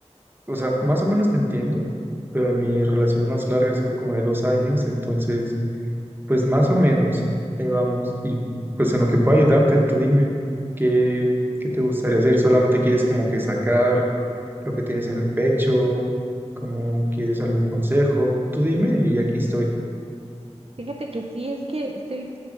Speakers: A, on the right; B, on the right.
A: o sea, más o menos te entiendo, pero mi relación más larga ha sido como de dos años, entonces, pues más o menos, ahí vamos. Y pues en lo que pueda ayudarte, tú dime, ¿qué, qué te gustaría hacer? ¿Solamente quieres como que sacar lo que tienes en el pecho? ¿Cómo quieres algún consejo? Tú dime y aquí estoy.
B: Fíjate que sí, es que estoy